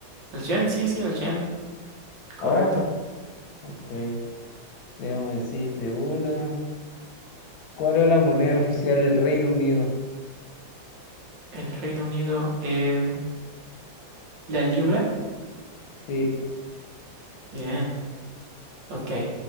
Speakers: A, on the right (about 65°); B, on the left (about 80°).
A: ¿El yen? Sí, sí, el yen. Correcto.
B: Oh, ok. Déjame decirte una. ¿Cuál es la moneda oficial del Reino Unido?
A: El Reino Unido. em, ¿la libra?
B: Tip.
A: Bien. Ok.